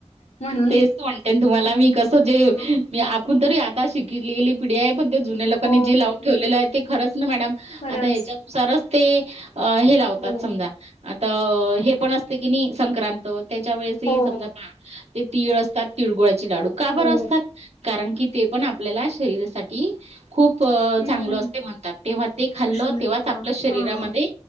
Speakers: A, on the left; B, on the right.
A: म्हणून
B: तेच म्हणते तुम्हाला मी कसं जे
A: हम्म
B: मी आपूण तरी आता शिकलेली पिढी आहे पण ते जुन्या लोकांनी
A: हो
B: जे लावून ठेवलेलं आहे ते खरंच ना मॅडम
A: खरंच
B: आता हेच्या नुसारच ते अ हे लावतात
A: हो
B: समजा आता हे पण असते की नाही संक्रांत त्याच्या वेळेसही
A: हो
B: समजाहा ते तीळ असतात तिळगुळाचे लाडू का
A: हो
B: बरं असतात? कारण कि ते पण आपल्याला शरीरासाठी खूप
A: हम्म
B: चांगलं असते म्हणतात तेव्हा ते खाल्लं
A: उष्णता
B: तेव्हाच आपल्या शरीरामध्ये
A: हा